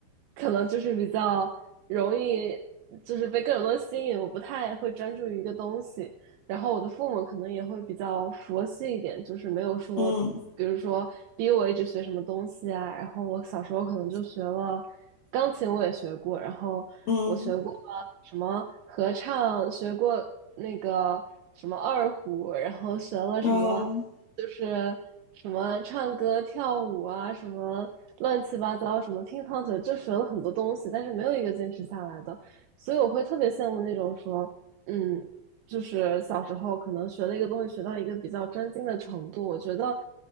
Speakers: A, on the right; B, on the left.
A: 可能就是比较容易就是被各种东西吸引，我不太会专注于一个东西，然后我的父母可能也会比较佛系一点，就是没有说，
B: 嗯
A: 比如说逼我一直学什么东西啊。然后我小时候可能就学了钢琴，我也学过，然后我学过什么合唱，
B: 嗯
A: 学过那个什么二胡，然后学了什么就是什么唱歌、
B: 嗯。嗯
A: 跳舞啊，什么乱七八糟，什么乒乓球，就学了很多东西，但是没有一个坚持下来的。所以我会特别羡慕那种说，嗯，就是小时候可能学了一个东西，学到一个比较专精的程度，我觉得，